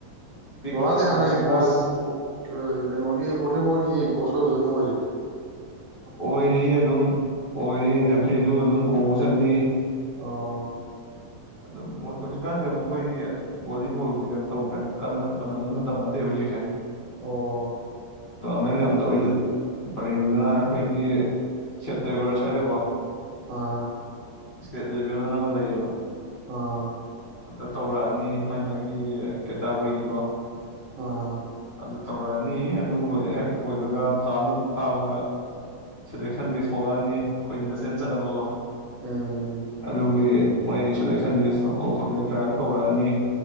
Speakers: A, on the left; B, on the right.
A: ꯄꯤꯛꯅ
B: ꯕꯕꯥꯗꯤ
A: ꯍꯣꯡꯒꯦꯔꯥ
B: ꯍꯥꯟꯅ ꯑꯩ ꯀꯣꯆ
A: ꯑꯗꯨꯝ
B: ꯀꯩꯅꯣꯒꯤ ꯚꯣꯂꯤꯕꯣꯜꯒꯤ ꯀꯣꯆ ꯑꯣꯏꯕ ꯑꯗꯨꯝ ꯑꯣꯏꯔꯤ?
A: ꯑꯣꯏꯔꯤ ꯑꯗꯨꯝ ꯑꯣꯏꯔꯤ
B: ꯑꯣ
A: ꯔꯦꯐ꯭ꯔꯤꯁꯨ ꯑꯗꯨꯝ ꯀꯣꯡꯕ ꯁꯠꯅꯤ
B: ꯑꯣ
A: ꯑꯗꯨꯝ ꯑꯣꯏ ꯍꯧꯖꯤꯛꯀꯥꯟꯗꯤ ꯑꯃꯨꯛ ꯑꯩꯈꯣꯏꯒꯤ ꯚꯣꯂꯤꯕꯣꯜꯁꯦ ꯀꯩꯅꯣ ꯇꯧꯗ꯭ꯔꯦ ꯀꯟꯅ ꯇꯣꯔꯅꯥꯃꯦꯟ ꯃꯇꯝ ꯅꯠꯇꯦꯕ ꯍꯧꯖꯤꯛꯁꯦ
B: ꯑꯣ
A: ꯇꯣꯔꯅꯥꯃꯦꯟ ꯌꯥꯝ ꯇꯧꯏ ꯄꯔꯦꯡꯁꯤꯗꯅ ꯑꯩꯈꯣꯏꯒꯤ ꯁꯦꯞꯇꯦꯝꯕꯔ ꯁ꯭ꯋꯥꯏꯗꯀꯣ
B: ꯑꯥ
A: ꯏꯁꯇꯦꯠ ꯂꯦꯚꯦꯜꯅ ꯑꯃ ꯂꯩꯌꯦꯕ
B: ꯑꯥ
A: ꯑꯝꯇ ꯇꯧꯔꯛꯑꯅꯤ ꯃꯥꯏ ꯃꯥꯒꯤ ꯀꯦꯇꯥꯒꯣꯔꯤꯒꯤꯀꯣ
B: ꯑꯥ
A: ꯑꯗꯨ ꯇꯧꯔꯛꯑꯅꯤ ꯑꯗꯨ ꯍꯦꯛ ꯂꯣꯏꯕꯒ ꯊꯥꯃꯨꯛ ꯐꯥꯕꯒ ꯁꯤꯂꯦꯛꯁꯟ ꯂꯤꯁ ꯊꯣꯛꯂꯛꯑꯅꯤ ꯑꯩꯈꯣꯏ ꯅꯦꯁꯅꯦꯜ ꯆꯠꯅꯕꯀꯣ
B: ꯎꯝ
A: ꯑꯗꯨꯒꯤ ꯃꯣꯏ ꯁꯦꯂꯦꯛꯁꯟ ꯂꯤꯁꯇ꯭ ꯇ꯭ꯔꯥꯏꯜ ꯀꯧꯔꯛꯑꯅꯤ